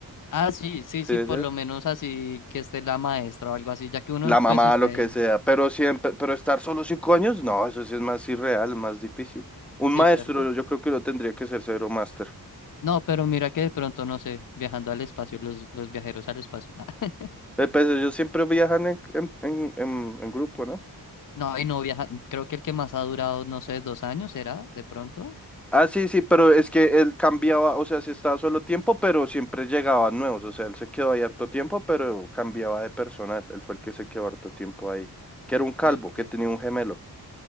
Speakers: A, on the left (about 55°); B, in the centre.
A: Ah, sí, sí,
B: ¿Sí
A: sí,
B: me
A: por
B: entiendes?
A: lo menos así que esté la maestra o algo así, ya que uno
B: La mamá,
A: pues esté
B: lo
A: ahí,
B: que sea, pero siempre, pero estar solo cinco años, no, eso sí es más irreal, más difícil. Un
A: sí,
B: maestro,
A: ¿cierto?
B: yo creo que lo tendría que ser cero máster.
A: No, pero mira que de pronto, no sé, viajando al espacio, los, los viajeros al espacio. <laughs>
B: Eh, Pues ellos siempre viajan en, en, en, en- en grupo, ¿no?
A: No, y no viaja, creo que el que más ha durado, no sé, dos años, ¿será? De pronto.
B: Ah, sí, sí, pero es que él cambiaba, o sea, sí estaba solo tiempo, pero siempre llegaban nuevos, o sea, él se quedó ahí harto tiempo, pero cambiaba de personal, él fue el que se quedó harto tiempo ahí, que era un calvo,
A: Ok.
B: que tenía un gemelo.